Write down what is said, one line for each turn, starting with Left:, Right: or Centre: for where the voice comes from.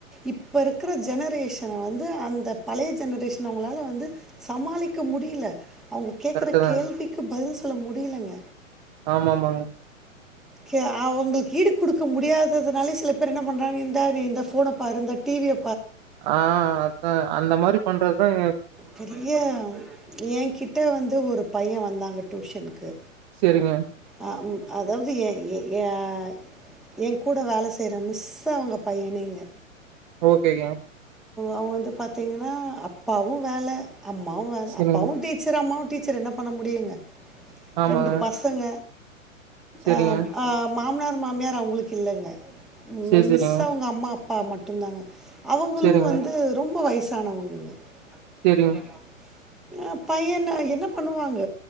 Centre: இப்பருக்கற ஜெனரேஷன் வந்து அந்த பழைய ஜெனரேஷன் அவுங்களால வந்து சமாளிக்க முடில்ல அவுங்க கேக்கற
Right: கரெக்ட்டு தாங்க.
Centre: கேள்விக்கு பதில் சொல்ல முடிலங்க
Right: ஆமாமாங்க
Centre: கெ அவுங்ளுக்கு ஈடு குடுக்க முடியாததுனால சில பேர் என்ன பண்றாங்க இந்தாரி இந்த ஃபோன பாரு இந்த டி விய
Right: ஆ அத்தா அந்த மாரி பண்ற தாங்க
Centre: பெரிய ஏ கிட்ட வந்து ஒரு பைய வந்தாங்க டியூஷன்கு
Right: சரிங்க.
Centre: ஆ அதாவது எ எ ஏ <unintelligible> எங்கூட வேல செய்ற மிஸ்ஸு அவுங்க பையனேங்க
Right: ஓகேகங்க
Centre: அவ வந்து பாத்தீங்கனா அப்பாவு வேல அம்மாவு வேல
Right: சரிங்க.
Centre: அப்பாவு டீச்சர் அம்மாவு டீச்சர் என்ன பண்ண முடியுங்க
Right: ஆமாங்க.
Centre: ரெண்டு பசங்க
Right: சரிங்க.
Centre: அஹ் ஆஹ் மாமனார் மாமியார் அவுங்களுக் இல்லங்க
Right: சரி,
Centre: உம்
Right: சரிங்க.
Centre: மிஸ் அவுங்க அம்மா அப் ப்பா மட்டுந்தாங்க அவுங்களு
Right: சரிங்க,
Centre: வந்து ரொம்ப வயசு சானவங்க
Right: சரிங்க,
Centre: <unintelligible> அ பையன என்ன பண்ணுவாங்க